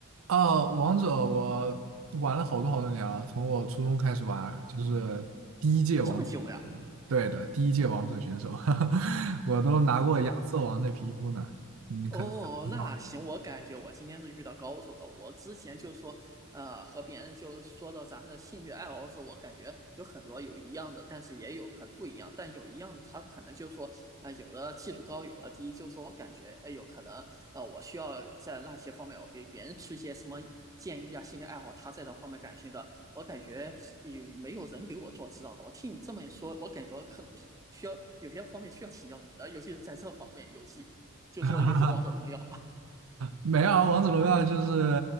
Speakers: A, on the right; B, on the right.
A: 哦，王者我玩了好多好多年了，从我初中开始玩，就是第一届王，
B: 这么久呀？
A: 对的，第一届王者选手，<laughs> 我都拿过亚瑟王的皮肤呢，
B: 嗯，
A: 你可能还不知道。
B: 哦，那行，我感觉我今天是遇到高手了。我之前就说，呃，和别人就说到咱们的兴趣爱好的时候，我感觉有很多有一样的，但是也有可能不一样。但有一样的，他可能就说，呃，有的技术高，有的低。就说我感觉，哎、有可能，呃，我需要在那些方面，我给别人出一些什么建议啊，兴趣爱好，他在这方面感兴趣的，我感觉也没有人给我做指导。我听你这么一说，我感觉我可能需要有些方面需要请教你的，尤其是在这方面游戏。就说游戏王者荣耀，
A: <laughs> 没有啊，王者荣耀就是